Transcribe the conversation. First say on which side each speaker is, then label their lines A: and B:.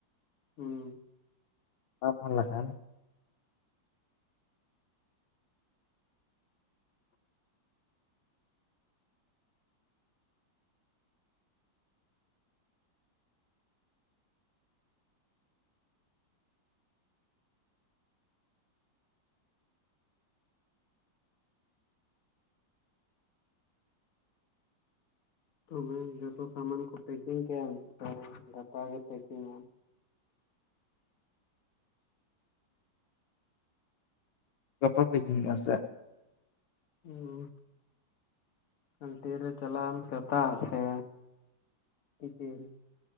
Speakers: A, on the left; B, on the left.
A: ᱦᱮᱸ
B: ᱵᱟᱝ ᱯᱷᱳᱱ ᱞᱮᱠᱷᱟᱱ
A: ᱛᱚᱵᱮ ᱡᱚᱛᱚ ᱥᱟᱢᱟᱱ ᱠᱚ ᱯᱮᱠᱤᱝ ᱠᱮᱫᱼᱟᱮ ᱜᱟᱯᱟᱜ ᱜᱮ ᱯᱮᱠᱤᱝ ᱟᱢ
B: <inaudible> ᱜᱟᱯᱟ ᱯᱮ ᱡᱤᱧᱟ ᱥᱮ
A: ᱦᱮᱸ ᱦᱟᱱᱴᱤ ᱨᱮ ᱪᱟᱞᱟᱣ ᱟᱢ ᱥᱮᱛᱟᱜ ᱥᱮ ᱛᱤᱠᱤᱱ